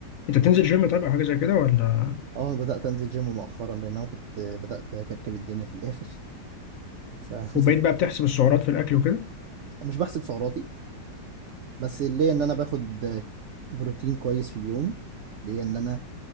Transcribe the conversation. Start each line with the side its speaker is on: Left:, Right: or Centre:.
Left: انت بتنزل جيم طيب او حاجه زي كده ولا
Right: اه بدأت انزل جيم مؤخرا لان انا كنت بدأت اكركب الدنيا في الاخر <laughs> فنزلت
Left: وبقيت بقى بتحسب السعرات في الاكل وكده
Right: مش بحسب سعراتي بس ليا ان انا باخد بروتين كويس في اليوم ليا ان انا